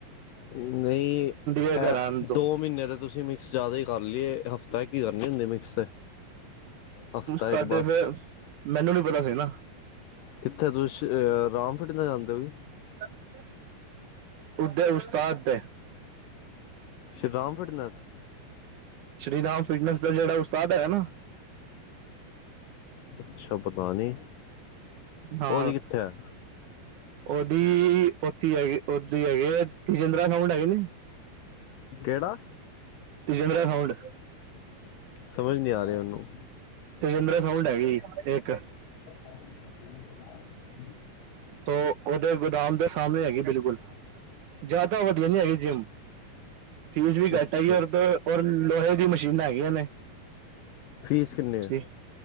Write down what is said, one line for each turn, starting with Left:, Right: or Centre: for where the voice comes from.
Left: ਨਹੀਂ
Right: ਹੈ
Left: ਐ
Right: ਘਰ ਆਣ ਤੋਂ
Left: ਦੋ ਮਹੀਨੇ ਦਾ ਤੁਸੀਂ ਮ ਤੁਸੀ ਜ਼ਿਆਦਾ ਈ ਕਰ ਲਈ ਏ ਹਫ਼ਤਾ ਕੀ ਕਰਨੀ ਹੁੰਦੀ ਏ ਮਿਕਸ ਤੇ। ਹਫ਼ਤਾ
Right: ਸਾਡੇ
Left: ਇੱਕ ਬਸ
Right: ਫੇਰ ਮੈਨੂੰ ਨੀ ਪਤਾ ਸੀ ਨਾ।
Left: ਕਿੱਥੇ ਤੁਸੀਂ ਰਾਮ ਫਿੱਟਨੈੱਸ ਜਾਂਦੇ ਓ ਕੀ?
Right: <unintelligible> ਉਹਦਰ ਉਸਤਾਦ ਦੇ,
Left: ਸ਼੍ਰੀ ਰਾਮ ਫਿਟਨਸ,
Right: ਸ਼੍ਰੀ ਰਾਮ ਫਿਟਨੈਸ ਦਾ ਜਿਹੜਾ ਉਸਤਾਦ ਹੈਗਾ ਨਾ,
Left: ਅੱਛਾ ਪਤਾ ਨੀ
Right: ਹਾਂ
Left: ਉਹਦੀ ਕਿੱਥੇ ਆ,
Right: ਉਹਦੀ,, ਉੱਥੇ ਹੈਗੀ, ਉਹਥੇ ਹੈਗੇ ਤਜੀਂਦਰਾ ਸਾਊਂਡ ਹੈਗੇ ਨੇ,
Left: ਕਿਹੜਾ?
Right: ਤਜਿੰਦਰਾ ਸਾੰਊਂਡ।
Left: ਸਮਝ ਨਹੀਂ ਆ ਰਹੀ, ਉਹਨੂੰ।
Right: ਤੇ ਚੰਦਰਾ ਸਾੰਊਂਂਡ ਹੈਗੀ, ਇੱਕ।
Left: ਪਤਾ <unintelligible>
Right: ਤੋ, ਓਹਦੇ ਗੋਦਾਮ ਦੇ ਸਾਹਮਨੇ ਹੈਗੀ, ਬਿਲਕੁਲ। ਜਿਆਦਾ ਵਧੀਆ ਨੀ ਹੈਗੀ ਜਿੰਮ, ਫੀਸ ਵੀ ਘੱਟ
Left: ਅੱਛਾ
Right: ਹੈਗੀ, ਔਰ ਲੋਹੇ ਦੀ ਮਸ਼ੀਨਾਂ ਹੈਗੀਆਂ ਨੇ।
Left: ਫ਼ੀਸ ਕਿੰਨੀ ਏ?
Right: ਜੀ